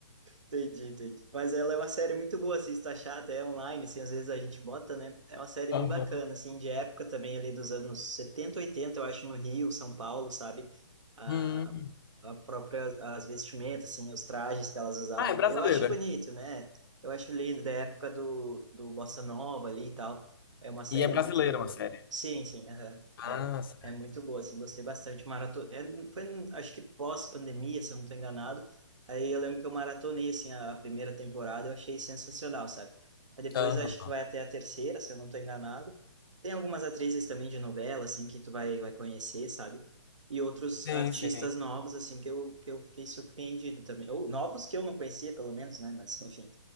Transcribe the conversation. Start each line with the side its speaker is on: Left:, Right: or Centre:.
Right: Entendi, entendi. Mas ela é uma série muito boa, assim, está chata, é online, assim, às vezes a gente bota, né? É uma série
Left: Aham.
Right: bem bacana, assim, de época também, ali dos anos 70, 80, eu acho, no Rio, São Paulo, sabe? A,
Left: Hum.
Right: a própria, as vestimentas, assim, os trajes que elas usavam.
Left: Ah, é brasileira.
Right: Eu acho bonito, né? Eu acho lindo, da época do, do Bossa Nova ali e tal. É uma série
Left: E é brasileira
Right: muito...
Left: uma série.
Right: Sim, sim, aham.
Left: Ah,
Right: É,
Left: certo.
Right: é muito boa, assim, gostei bastante. Maratona... É, foi, acho que pós-pandemia, se eu não estou enganado. Aí eu lembro que eu maratonei, assim, a a primeira temporada, eu achei sensacional, sabe? Aí depois
Left: Aham.
Right: eu acho que vai até a terceira, se eu não tô enganado. Tem algumas atrizes também de novela, assim, que tu vai, vai conhecer, sabe? E outros
Left: Sim,
Right: artistas
Left: sim.
Right: novos, assim, que eu, que eu fiquei surpreendido também. Ou novos que eu não conhecia, pelo menos, né? Mas, enfim,